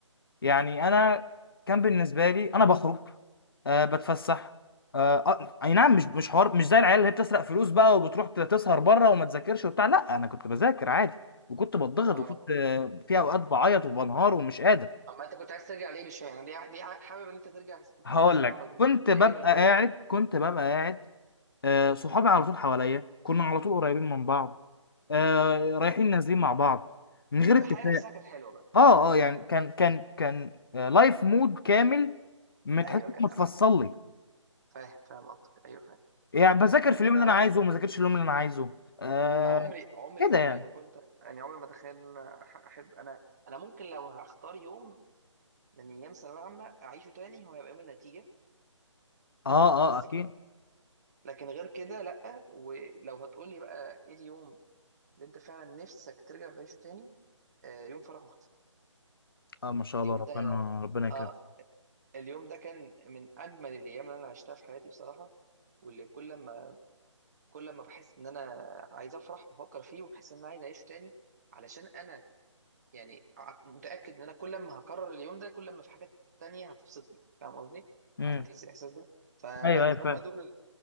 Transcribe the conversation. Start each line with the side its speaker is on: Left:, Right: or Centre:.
Left: يعني انا كان بالنسبة لي انا بخرج آه بتفسح آه آه، اي نعم مش مش حوار مش زي العيال اللي هي بتسرق فلوس بقى وبتروح تسهر بره وما تذاكرش وبتاع لا انا كنت بذاكر عادي وكنت بتضغط
Right: اه
Left: وكنت آه، في اوقات بعيط وبنهار ومش قادر
Right: اما انت كنت عايز ترجع ليه بشويه يعني ليه ليه حابب ان انت ترجع لفتره
Left: هقول
Right: ثانويه
Left: لك
Right: عامه دي
Left: كنت
Right: بالنسبه
Left: ببقى
Right: لي اجابه غريبه
Left: قاعد
Right: جدا
Left: كنت ببقى قاعد آه، صحابي على طول حواليا كنا على طول قريبين من بعض آه، رايحين نازلين مع بعض من غير اتفاق
Right: الحياه نفسها كانت حلوه بقى
Left: اه
Right: ايوه
Left: اه يعني
Right: اه
Left: كان كان كان آه، لايف مود كامل متحس
Right: ايوه
Left: انه
Right: كان
Left: متفصل
Right: أحلى.
Left: لي
Right: فاهم فاهم قصدك ايوه فاهم
Left: يعني بذاكر في
Right: لا،
Left: اليوم
Right: انا
Left: اللي انا عايزه وما ذاكرش اليوم اللي انا عايزه آه
Right: انا عمري عمري
Left: كده
Right: عمري
Left: يعني
Right: ما كنت يعني عمري ما اتخيل ان أنا أح- احب انا انا ممكن لو هختار يوم من ايام ثانويه عامه اعيشه تاني هو هيبقى يوم النتيجه
Left: اه
Right: بس
Left: اه اكيد
Right: كده لكن غير كده لا ولو هتقولي بقى ايه اليوم اللي انت فعلا نفسك ترجع تعيشه تاني آه يوم فرح اختي
Left: اه ما شاء
Right: اليوم
Left: الله ربنا
Right: ده
Left: ربنا يكرم
Right: اه اليوم ده كان من اجمل الايام اللي انا عشتها في حياتي بصراحه واللي كل ما كل ما بحس ان انا عايز افرح بفكر فيه وبحس ان انا عايز اعيشه تاني علشان انا يعني ع- متأكد ان انا كل ما هكرر اليوم ده كل ما في حاجات تانية هتبسطني فاهم قصدي
Left: امم
Right: عشان تحس الاحساس ده فلا
Left: ايوه ايوه
Right: هم دول ال-